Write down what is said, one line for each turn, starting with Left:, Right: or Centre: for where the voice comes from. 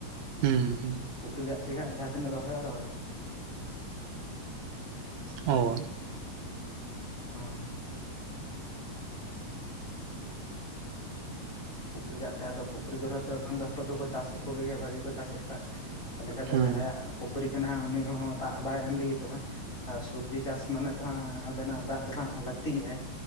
Right: ᱦᱩᱸ
Left: ᱯᱩᱠᱷᱨᱤ ᱫᱟᱜ ᱛᱮᱜᱮ ᱦᱟᱸᱜ ᱡᱟᱦᱟᱸ ᱛᱤᱱᱟᱹᱜ ᱨᱚᱦᱚᱭ ᱦᱩᱭᱩᱜᱼᱟ᱾
Right: ᱚ᱾
Left: ᱦᱳᱭ᱾ ᱯᱩᱠᱷᱨᱤ ᱫᱟᱜ ᱛᱮ ᱟᱫᱚ ᱯᱩᱠᱷᱨᱤ ᱠᱚᱨᱮ ᱦᱚᱸᱛᱚ ᱮᱠᱷᱚᱱ ᱫᱚ ᱦᱟᱹᱠᱩ ᱫᱚᱠᱚ ᱪᱟᱥᱮᱫ ᱠᱚᱜᱮ ᱜᱮᱭᱟ ᱵᱷᱟᱜᱮ ᱠᱚ ᱪᱟᱥᱮᱫ ᱠᱚᱣᱟ᱾ ᱛᱟᱞᱦᱮ ᱠᱷᱟᱡ ᱫᱚ
Right: ᱦᱩᱸ
Left: ᱡᱟᱦᱟᱸᱭᱟᱜ ᱯᱩᱠᱷᱨᱤ ᱠᱟᱱᱟ ᱦᱟᱸᱜ ᱩᱱᱤ ᱦᱚᱸ ᱫᱟᱜ ᱵᱟᱭ ᱮᱢ ᱞᱟᱹᱜᱤᱫᱚᱜᱼᱟ ᱟᱨ ᱥᱚᱵᱡᱤ ᱪᱟᱥ ᱢᱟᱱᱮ ᱛᱚ ᱦᱟᱸᱜ ᱟᱵᱮᱱᱟᱜ ᱫᱟᱜ ᱫᱚ ᱦᱟᱸᱜ ᱞᱟᱹᱠᱛᱤ ᱜᱮᱟᱭᱟᱭ